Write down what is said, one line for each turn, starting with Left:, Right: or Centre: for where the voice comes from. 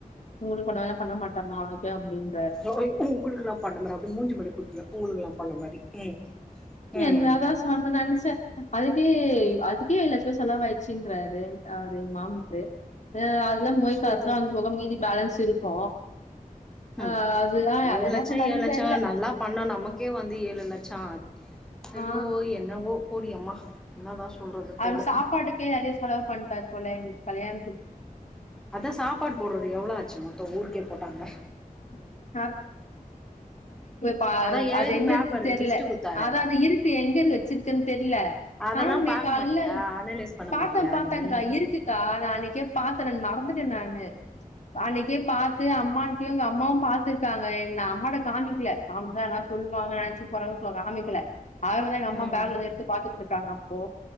Left: உங்களுக் <unintelligible> பண்ண மாட் ட்டமா அப்டின்
Centre: <unintelligible> உங்குளுக்லா பண்ண மாரி அப்டி மூஞ்சு மேல குத்துவே உங்குளுக்குலா பண்ண மாரி ம் ம்
Left: என்னாதா ஸ் ஒன்னு நெனச்சே அதுக்கே அதுக்கே ஏல்லட்ச ரூவா செலவு ஆயிச்சுங்கறாரு அவுரு எங் மாம் ஆ அதெல்லா மோய்
Centre: சேரி
Left: காசுல்லா வந்து போக மீதி பேலன்ஸ் இருக்கு ஆ
Centre: ம்
Left: அதுதா அத
Centre: ஏழு
Left: என்ன
Centre: லட்சோ
Left: பண்ணாருன்
Centre: ஏழு லட்சோ
Left: தெர்ல
Centre: நல்லா பண்ணா நமக்கே வந்து ஏழு லட்சோ ஆச் அய்யோ
Left: ஆ
Centre: என்னவோ போடியம்மா என்ன தா சொல்றது
Left: அவரு
Centre: தெர்ல
Left: சாப்பாட்டுக்கே நெறைய செலவு பண்ட்டாரு போல இன்னிக் கல்யாண்த்துக்
Centre: அதா சாப்பாடு போட்றது எவ்ளோ ஆச்சு மொத்தோ ஊருக்கே போட்டாங்கா
Left: <unintelligible> ப
Centre: அதா எழுதி
Left: அது எங்
Centre: பேப்பரு
Left: இருக்குன் தெர்ல
Centre: லிஸ்ட்டு குடுத்தாரே
Left: அதா அந்த இருட்டு எங்க வெச்சிருக்கன் தெர்ல
Centre: அதெல்லா
Left: காணமே
Centre: பாக்க
Left: கால்ல
Centre: மாட்டியா அனலைஸ் பண்ண
Left: பாத்தே
Centre: மாட்டியா
Left: பாத்தேன்க்கா
Centre: நீ
Left: இருக்குக்கா நா அன்னைக்கே பார்த்தே நானு மறந்துட்டே நானு அன்னைக்கே பார்த்து அம்மா த்தங்க அம்மாவு பார்த்துருக்காங்க ந அம்மட காமிக்கல காமிக்கா எல்லா சொல்லுவாங்க நினைச்சு போறாங்கு சொல்லுவா காமிக்கல அவதான் எங்க அம்மா
Centre: ம்
Left: பேக்ல எடுத்து பார்த்துட்டு இருக்காங்க அப்போ